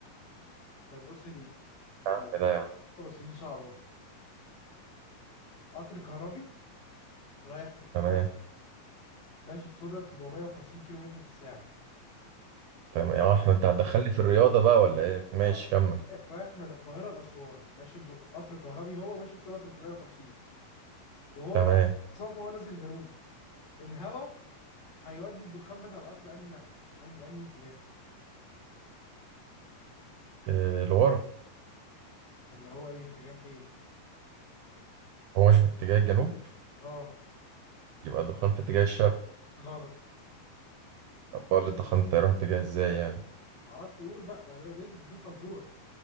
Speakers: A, on the left; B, on the right.
A: طيب بص دي
B: إيه يا
A: آه،
B: عم ده يا عم
A: بس دي صعبة قطر كهربي رايح في اتجاه
B: تمام
A: ماشي بسرعة 450 كيلومتر في الساعة
B: تمام اه احنا انت هتدخلني في الرياضة بقى ولا ايه ماشي
A: آه،
B: كمل
A: رايح من القاهرة لأسوان ماشي بر... قطر كهربي هو ماشي بسرعة 450 وهو
B: تمام
A: رايح أسوان فهو نازل جنوب الهوا هيودي الدخان بتاع القطر أنهي ناحية أنهي أنهي اتجاه
B: آه، لورا
A: اللي هو إيه اتجاه فين
B: هو ماشي في اتجاه الجنوب
A: اه
B: يبقى الدخان في اتجاه الشرق
A: غلط
B: امال الدخان ده هيروح اتجاه ازاي يعني
A: معرفش اقول بقى ما ده- ده- دي فزوره